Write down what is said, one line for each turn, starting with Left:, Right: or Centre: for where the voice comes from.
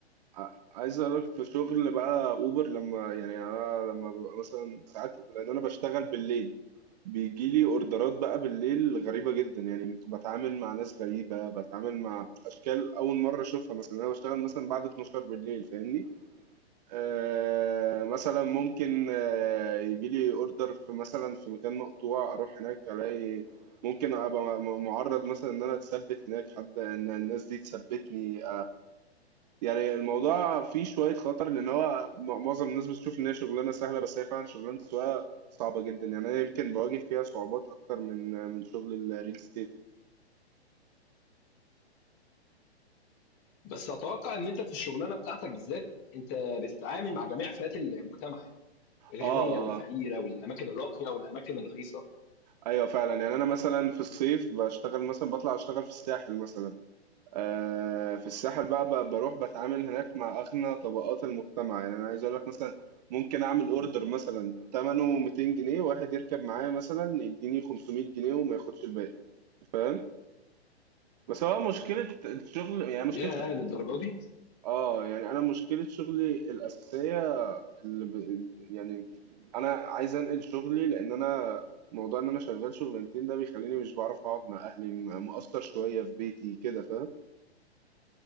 Right: ع- عايز اقول لك في شغل بقى اوبر لما يعني انا لما ببقى مثلا ساعات لان انا بشتغل بالليل بيجي لي اوردرات بقى بالليل غريبه جدا يعني بتعامل مع ناس غريبه بتعامل مع اشكال اول مره اشوفها مثلا انا بشتغل مثلا بعد 12 بالليل فاهمني آه مثلا ممكن آه يجي لي اوردر في مثلا في مكان مقطوع اروح هناك الاقي ممكن ابقى م- معرض مثلا ان انا اتثبت هناك حد ان الناس دي تثبتني يعني الموضوع فيه شوية خطر لأن هو م- معظم الناس بتشوف إن هي شغلانة سهلة بس هي فعلا شغلانة السواقة صعبة جدا يعني أنا يمكن بواجه فيها صعوبات أكتر من من شغل الريل استيت
Left: بس اتوقع ان انت في الشغلانه بتاعتك بالذات انت بتتعامل مع جميع فئات المجتمع يعني الغنيه
Right: آه آه،
Left: والفقيره والاماكن الراقيه والاماكن الرخيصه
Right: أيوه فعلا يعني أنا مثلا في الصيف بشتغل مثلا بطلع أشتغل في الساحل مثلا آه في الساحل بقى, بقى بروح بتعامل هناك مع أغنى طبقات المجتمع يعني أنا عايز أقول لك مثلا ممكن أعمل أوردر مثلا تمنه 200 جنيه واحد يركب معايا مثلا يديني 500 جنيه وما ياخدش الباقي فاهم بس هو مشكلة الشغل يعني مشكلة
Left: يا
Right: شغل
Left: للدرجه دي
Right: اه يعني انا مشكلة شغلي الأساسية اللي ب... يعني انا عايز انقل شغلي لان انا موضوع ان انا شغال شغلانتين ده بيخليني مش بعرف اقعد مع اهلي م- مقصر شوية في بيتي كده فاهم